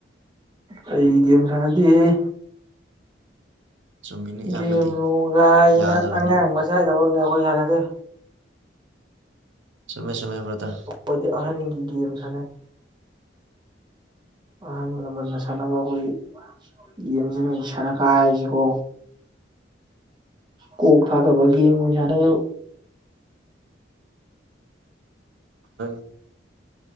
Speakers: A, on the right (about 25°); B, on the right (about 85°).
A: ꯑꯩ ꯒꯦꯝ ꯁꯥꯟꯅꯗꯦꯍꯦ
B: ꯆꯨꯝꯃꯤꯅꯤ ꯏꯌꯥꯝꯕꯗꯤ
A: ꯒꯦꯝ ꯅꯨꯡꯀꯥꯏꯅ
B: ꯌꯥꯗꯕꯅꯤ
A: ꯑꯉꯥꯡ ꯃꯆꯥꯒꯤ ꯊꯕꯛꯅꯦ ꯑꯣꯏ ꯌꯥꯅꯗ
B: ꯆꯨꯝꯃꯦ ꯆꯨꯝꯃꯦ ꯕ꯭ꯔꯗꯔ
A: ꯑꯩꯗꯤ ꯑꯍꯟꯒꯤ ꯒꯦꯝ ꯁꯥꯟꯅꯩ ꯑꯍꯜ ꯂꯃꯟꯅ ꯁꯥꯟꯅꯕ ꯑꯩꯈꯣꯏꯒꯤ ꯒꯦꯝꯁꯤꯅ ꯁꯥꯟꯅ ꯀꯥꯏ ꯍꯥꯏꯁꯤꯀꯣ ꯀꯣꯛ ꯊꯥꯗꯕ ꯒꯦꯝ ꯑꯣꯏꯅ ꯁꯥꯟꯅꯩꯌꯦꯕ
B: ꯍ <inaudible>